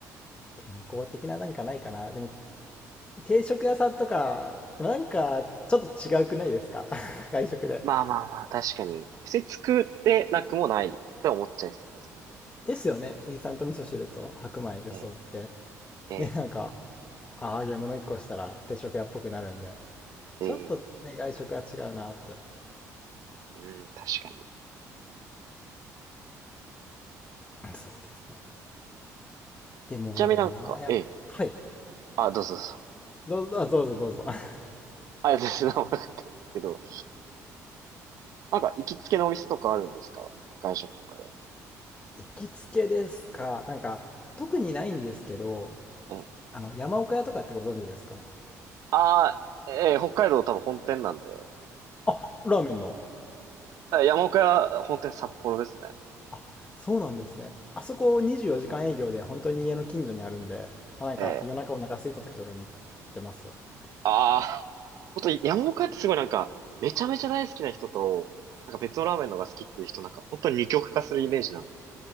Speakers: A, on the left; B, on the right.
A: 健康的ななんかないかな。でも定食屋さんとか、でもなんかちょっと違うくないですか <laughs> 外食で。
B: まあまあまあ、確かに。普通に作ってなくもないと思っちゃいそうですね。
A: ですよね。インスタント味噌汁と白米装って。
B: ええ、ええ、
A: ね、なんか、あ揚げ物一個したら定食屋っぽくなるんで。
B: え
A: ちょっとね、外食は違うなって。
B: え、うん、確かに。
A: <laughs> そうですね。でもなあ、
B: ちなみになんか、
A: やっはい。
B: ええ。あ、どうぞどうぞ。
A: どうぞ、あどうぞどうぞ。<laughs>
B: あ、全然何なかったんですけど、なんか行きつけのお店とかあるんですか外食とかで。
A: 行きつけですか。なんか、特にないんですけど、
B: ええ。
A: あの、山岡屋とかってご存知ですか
B: ああ、ええ、北海道多分本店なんで。
A: あ、ラーメンの。
B: あ山岡屋本店札幌ですね。
A: あ、そうなんですね。あそこ24時間営業で本当に家の近所にあるんで、まあ、なんか夜中お腹空いた時とかに行ってます。
B: ええ。
A: い
B: ああ、ほんと山岡屋ってすごいなんか、めちゃめちゃ大好きな人と、なんか別のラーメンのが好きっていう人なんか本当に二極化するイメージなんで。